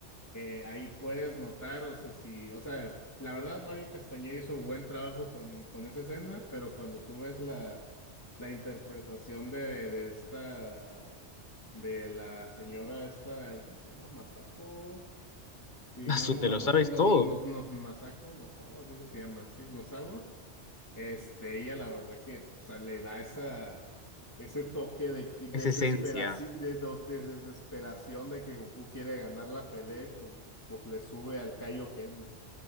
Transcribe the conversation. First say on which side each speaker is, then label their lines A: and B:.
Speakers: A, on the left; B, on the left.
A: Eh, ahí puedes notar, o sea, si, o sea, la verdad Mario Castañeda hizo buen trabajo con, con esa escena, pero cuando tú ves la, la interpretación de, de esta de la señora esta, ay, ¿cómo se llama? Masako. Sí,
B: Asu,
A: no, no,
B: te lo
A: no,
B: sabes
A: no,
B: todo.
A: no, no, no, Masako, Nozawa, creo que se llama, sí, Nozawa. Este, ella la verdad que, o sea, le da esa, ese toque de que desesperaci-
B: Es esencia.
A: de, dos- de desesperación de que Goku quiere ganar la pelea y pues, pues le sube al Kaioken, ¿no?